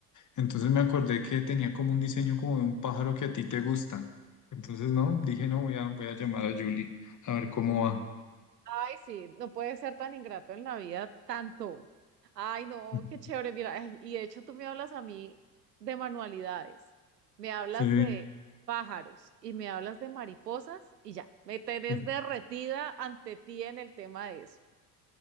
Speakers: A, on the left; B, on the right.
A: Entonces me acordé que tenía como un diseño como de un pájaro que a ti te gusta. Entonces, no, dije, no, voy a, voy a llamar a Julie a ver cómo va.
B: Ay, sí, no puede ser tan ingrato en la vida tanto. Ay, no,
A: <laughs>
B: qué chévere. Mira, ay, y de hecho tú me hablas a mí de manualidades, me hablas
A: Sí,
B: de pájaros y me hablas de mariposas y ya, me tenés
A: sí,
B: derretida ante ti en el tema de eso.